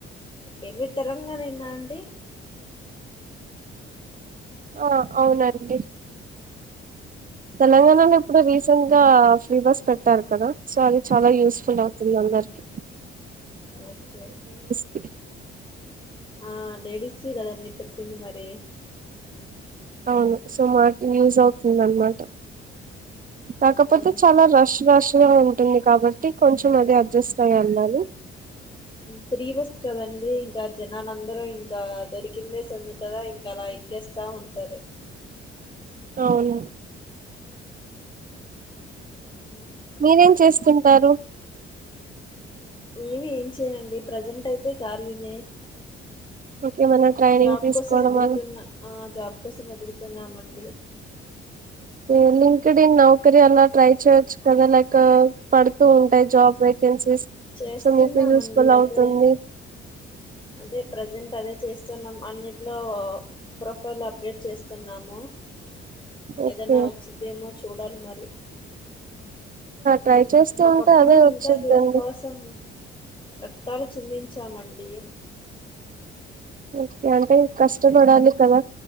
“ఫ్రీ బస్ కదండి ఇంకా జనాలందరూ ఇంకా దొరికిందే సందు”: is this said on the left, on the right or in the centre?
Left